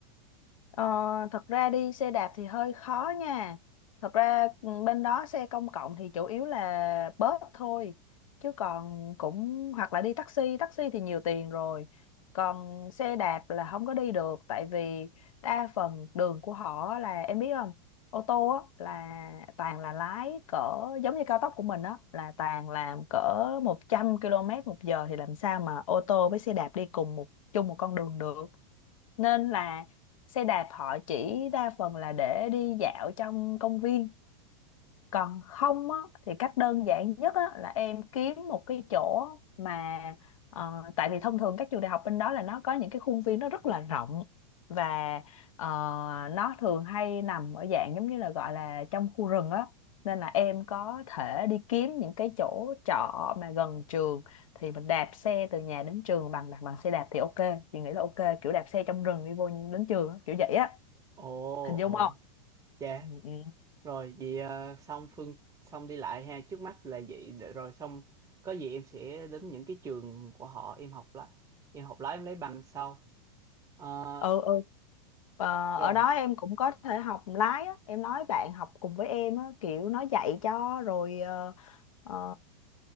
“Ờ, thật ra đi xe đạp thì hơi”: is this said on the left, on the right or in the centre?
Left